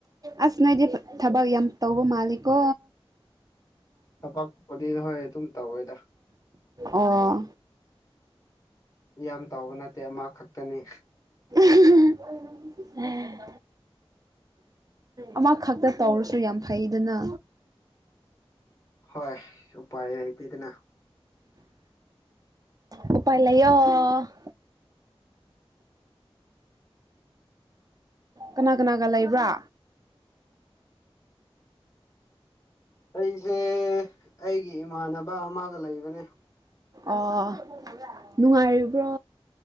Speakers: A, on the right; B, on the left.
A: ꯑꯁ ꯅꯣꯏꯗꯤ ꯊꯕꯛ ꯌꯥꯝ ꯇꯧꯕ ꯃꯥꯜꯂꯤꯀꯣ
B: ꯊꯕꯛꯄꯨꯗꯤ ꯍꯣꯏ ꯑꯗꯨꯝ ꯇꯧꯋꯦꯗ
A: ꯑꯣ
B: ꯌꯥꯝ ꯇꯧꯕ ꯅꯠꯇꯦ ꯑꯃ ꯈꯛꯇꯅꯤ
A: <unintelligible> ꯑꯦ ꯑꯃꯈꯛꯇ ꯇꯧꯔꯁꯨ ꯌꯥꯝ ꯐꯩꯗꯅ
B: ꯍꯣꯏ ꯎꯥꯏ ꯂꯩꯇꯗꯅ
A: ꯑꯣ ꯄꯥꯏ ꯂꯩꯣ ꯑꯣꯔꯦꯁ ꯀꯅꯥ ꯀꯅꯥꯒ ꯂꯩꯕ꯭ꯔꯥ
B: ꯑꯩꯁꯦ ꯑꯩꯒꯤ ꯏꯃꯥꯟꯅꯕ ꯑꯃꯒ ꯂꯩꯕꯅꯦ
A: ꯑꯣ ꯅꯨꯡꯉꯥꯏꯔꯤꯕ꯭ꯔꯣ